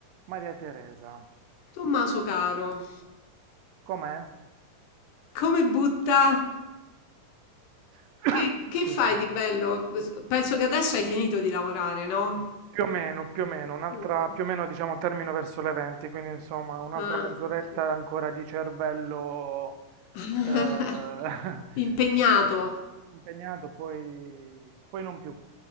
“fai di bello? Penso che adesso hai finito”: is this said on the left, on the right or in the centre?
Left